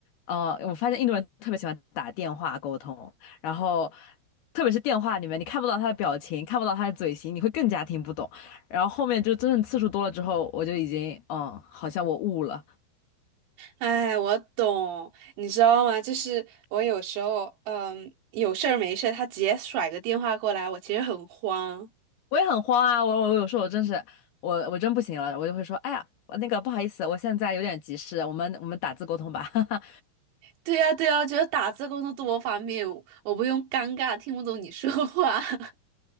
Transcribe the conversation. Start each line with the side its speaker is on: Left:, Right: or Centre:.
Left: 呃，我发现印度人特别喜欢打电话沟通。然后特别是电话里面，你看不到他的表情，看不到他的嘴型，你会更加听不懂。然后后面就真正次数多了之后，我就已经嗯，好像我悟了，
Right: 哎，我懂，你知道吗？就是我有时候，嗯，有事儿没事儿，他直接甩个电话过来，我其实很慌。
Left: 我也很慌啊，我我我有时候我真是我我真不行了，我就会说，哎呀，那个不好意思，我现在有点急事，我们我们打字沟通吧，<laughs> 哈哈。
Right: 对呀，对呀，我觉得打字工作多方便，我不用尴尬听不懂你说话。<laughs>